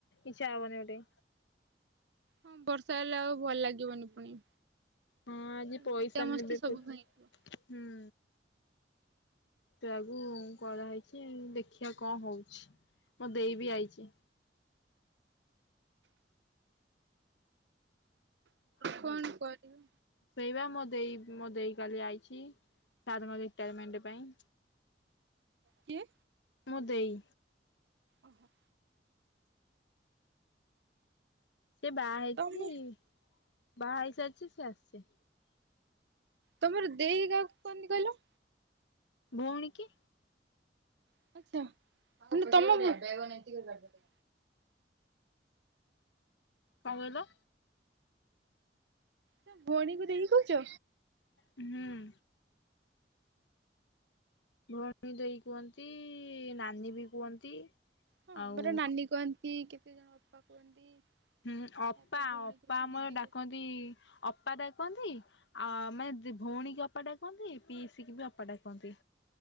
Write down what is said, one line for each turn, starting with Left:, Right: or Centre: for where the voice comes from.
Left: ଇଚ୍ଛା ହବନି ଗୋଟେ।
Right: ହଁ ବର୍ଷା ହେଲେ ଆଉ ଭଲ ଲାଗିବନି ପୁଣି।
Left: ହଁ ଆଜି ପଇସା
Right: ମଜାମସ୍ତି
Left: ନେବେ
Right: ସବୁ
Left: ପ
Right: ଭାଙ୍ଗିଯିବ।
Left: ହୁଁ। ସେଆକୁ କରାହେଇଛି ଦେଖିଆ କଣ ହଉଛି ମୋ ଦେଇବି ଆଇଛି।
Right: <inaudible> କଣ କରିବା
Left: ଶୋଇବା ମୋଦେଇ ମୋଦେଇ କାଲି ଆଇଚି ସାରଙ୍କ ରିଟାୟାରମେଣ୍ଟ ପାଇଁ।
Right: କିଏ?
Left: ମୋ ଦେଇ।
Right: ଓହୋ।
Left: ସେବାହା ହେଇଚି
Right: ତମ
Left: ବାହାହେଇ ସାରିଚି ସେଆସିଚି।
Right: ତମର ଦେଇ କାହାକୁ କହନ୍ତି କହିଲ?
Left: ଭଉଣୀକି।
Right: ଆଛା ମାନେ ତଭ
Left: କଣ କହିଲ?
Right: ତମେ ଭଉଣୀକୁ ଦେଇ କହୁଚ?
Left: ହୁଁ। ଭଉଣୀ ଦେଇ କୁହନ୍ତି ନାନୀବି କୁହନ୍ତି।
Right: ହଁ
Left: ଆଉ
Right: ଆମର ନାନୀ କୁହନ୍ତି କେତେ ଜଣ ଅପା କୁହନ୍ତି।
Left: ହୁଁ ଅପା
Right: ତାପରେ ଭଉଣୀ
Left: ଅପା
Right: କୁହନ୍ତି
Left: ଆମର
Right: ଦିଦି
Left: ଡାକ ପି ଅପା ଡ଼ାକନ୍ତି ଆ ମାନେ ଭଉଣୀକି ଅପା ଡାକନ୍ତି ପିଇସିକିବି ଅପା ଡାକନ୍ତି